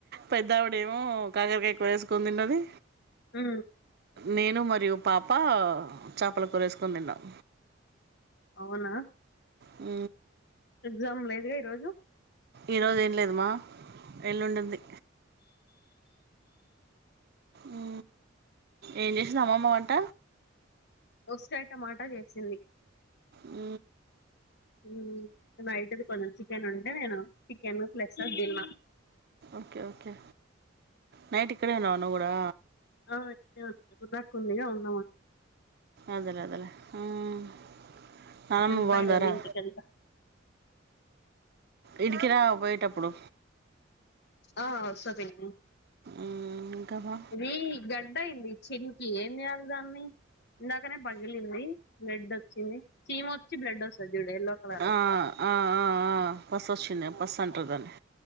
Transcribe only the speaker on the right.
పెద్దావిడేమో కాకరకాయ కూర ఏసుకొని తిన్నది.
నేను మరియు పాప, చాపల కూరేసుకొని దిన్నం.
ఊ
ఈ రోజు ఏం లేదు మా, ఎల్లుండుంది. ఉ, ఏం చేసింది అమ్మమ్మ వంట
ఊ
ఓకే ఓకే నైట్ ఇక్కడే ఉన్నవా నువ్వు కూడా
అదేలే అదేలే ఉమ్. నానమ్మ
బాగుందారా
ఈడికి రా పోయేటప్పుడు
ఉమ్, ఇంకా బా
ఆ, ఆ ఆ ఆ బస్ వచ్చింది బస్ అంటర్ దాన్ని